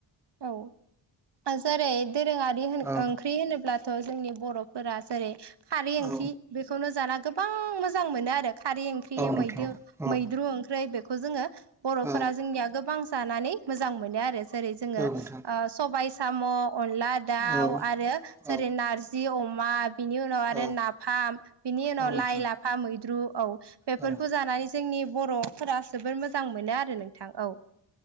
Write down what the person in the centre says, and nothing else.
औ
औ
औ नोंथां
औ
औ
औ
नोंथां
औ
औ
औ
औ नोंथां औ नोंथां
औ नोंथां औ